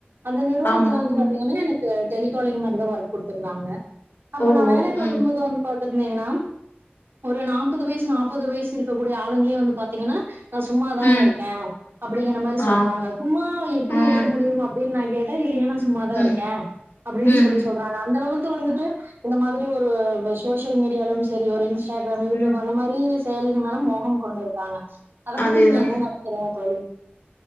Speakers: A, on the right; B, on the left.
A: அந்த நிறுவனத்துல
B: ஆமா
A: வந்து
B: ம்
A: பாத்தீங்கன்னா எனக்கு டெலிகாலிங் மட்டு தா ஒர்க் குடுத்துருந்தாங்க அப்ப
B: ஓ
A: நா
B: ஓ
A: வேலை போகுபோது
B: ம்
A: வந்து பாத் தீங்கன்னா ஒரு நாப்பது வயசு நாப்பது வயசு இருக்க கூடிய ஆளுங்களே வந்து பாத்தீங்கன்னா நா சும்மாதாங்க
B: ம்
A: இருக்கே அப்டிங்கிற மாரி சொல்றாங்க
B: ஆ
A: சும்மா எப்டி
B: ம்
A: இருக்க முடியு அப் டின் நா கேட்டே இல்லிங்க நா சும்மாதா
B: ம்
A: இருக்கே அப்டின்னு
B: ம்
A: சொல்லி சொல் றாரு அந்த அளவுக்கு வந்துட்டு இந்த மாதிரி ஒரு சோசியல் மீடியாலும் செரி ஒரு இன் ஸ்டாகிராம் யூடியூப்
B: ம்
A: அந்த மாரி செயலிகள் மேல மோகம் கொண்டு இருக்காங்க அத
B: அதேதா
A: பத்தி நீங்க என்ன நெ னக்கிறீங்க தோழி